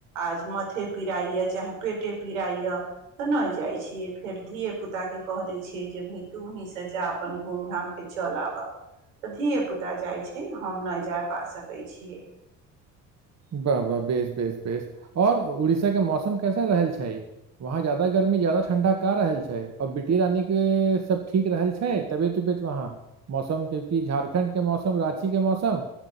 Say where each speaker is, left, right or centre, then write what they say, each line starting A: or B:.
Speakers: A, on the right; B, on the right.
A: आज माथे पीड़इए चाहे पेटे पीड़ाइए तऽ नहि जाइ छियै फेर धिये पुता के कह दै छियै जे भाय तू वहीं से जा अपन घूम घामके चल आबऽ तऽ धिय पुता जाइ छै हम नहि जा पा सकय छियै
B: वाह वाह बेस बेस बेस आओर उड़ीसा के मौसम कैसा रहल छै वहाँ ज्यादा गर्मी ज्यादा ठंडा का रहल छै आऔर बेटी रानी के सब ठीक रहल छै तबियत उबत वहाँ मौसम के की झारखण्ड के मौसम राँची के मौसम